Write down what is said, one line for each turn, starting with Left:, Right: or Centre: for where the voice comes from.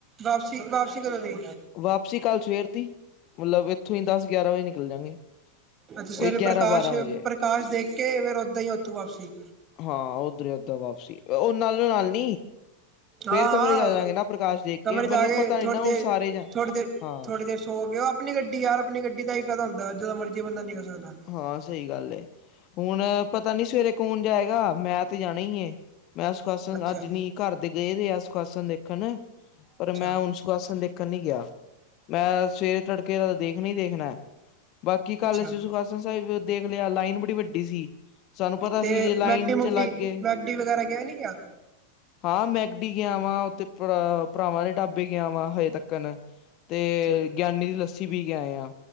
Right: ਵਾਪਸੀ ਵਾਪਸੀ ਕਦੋਂ ਦੀ।
Left: ਵਾਪਸੀ ਕੱਲ ਸਵੇਰ ਦੀ ਮਤਲਬ ਉੱਥੋਂ ਹੀ ਦਸ ਗਿਆਰਾਂ ਵਜੇ ਨਿਕਲ ਜਾਂਗੇ।
Right: ਅੱਛਾ ਸਵੇਰੇ
Left: ਉਹੀ ਗਿਆਰਾਂ
Right: ਪ੍ਰਕਾਸ਼,
Left: ਬਾਰਾਂ ਵਜੇ
Right: ਪ੍ਰਕਾਸ਼ ਦੇਖ ਕੇ ਫੇਿਰ ਓਦਾਂ ਹੀ ਓਥੋਂ ਵਾਪਸੀ
Left: ਹਾਂ ਓਧਰ ਓਦਾਂ ਵਾਪਸੀ, ਉਹ ਨਾਲੋਂ ਨਾਲ ਨ
Right: ਹਾਂ-ਹਾਂ
Left: ਫੇਰ ਕਮਰੇ ਚ ਆ ਜਾਗੇ ਨਾ ਪ੍ਰਕਾਸ਼ ਦੇਖ
Right: ਕਮਰੇ
Left: ਕੇ, ਮਤਲਬ
Right: ਚ ਆ
Left: ਪਤਾ ਨੀ
Right: ਥੋੜੀ
Left: ਨਾ,
Right: ਦੇਰ
Left: ਹੁਣ ਸਾਰੇ ਜਾ
Right: ਥੋੜੀ ਦੇਰ
Left: ਹਾਂ।
Right: ਥੋੜੀ ਦੇਰ ਸੋ ਕੇ ਉਹ ਆਪਣੀ ਗੱਡੀ ਯਾਰ, ਆਪਣੀ ਗੱਡੀ ਦਾ ਹੀ ਫਾਇਦਾ ਹੁੰਦਾ, ਜਦੋਂ ਮਰਜ਼ੀ ਬੰਦਾ ਨਿਕਲ ਸਕਦਾ।
Left: ਹਾਂ ਸਹੀ ਗੱਲ ਹੁਣ ਪਤਾ ਨੀ ਸਵੇਰੇ ਕੌਣ ਜਾਏਗਾ, ਮੈਂ ਤੇ ਜਾਣਾ ਹੀ ਮੈਂ ਸੁਖਾਸਨ
Right: ਅੱਛਾ-ਅੱਛਾ
Left: ਅੱਜ ਨੀ ਘਰ ਦੇ ਗਏ ਰ ਆ ਸੁਖਾਸਨ ਦੇਖਣ, ਪਰ
Right: ਅੱਛਾ
Left: ਮੈਂ ਹੁਣ ਸੁਖਾਸਣ ਦੇਖਣ ਨੀ ਗਿਆ, ਮੈਂ ਸਵੇਰੇ ਤੜਕੇ ਦੇਖਣਾ ਹੀ ਦੇਖਣਾ। ਬਾਕੀ ਕੱਲ
Right: ਅੱਛਾ
Left: ਅਸੀ ਸੁਖਾਸਨ ਸਾਹਿਬ ਦੇਖ ਲਿਆ ਲਾਈਨ ਬੜੀ ਵੱਡੀ ਸੀ- ਸਾਨੂੰ ਪਤਾ
Right: ਤੇ
Left: ਸੀ ਜੇ ਲਾਈਨ
Right: ਮੈਕਟੀ
Left: ਚ
Right: ਮੁਕਟੀ
Left: ਲੱਗ ਗਏ-
Right: ਮੈਕਡੀ ਵਗੈਰਾ ਗਿਆ ਨੀ ਕਿਆ
Left: ਹਾਂ ਮੈਕਡੀ ਗਿਆ ਵਾਂ ਉਥੇ ਭਰਾਵਾਂ ਦੇ ਢਾਬੇ- ਵੀ ਗਿਆ ਵਾ ਹਜੇ ਤੱਕਣ ਤੇ
Right: ਅੱਛਾ
Left: ਗਿਆਨੀ ਦੀ ਲੱਸੀ ਵੀਪੀ ਕੇ ਆਏ ਆ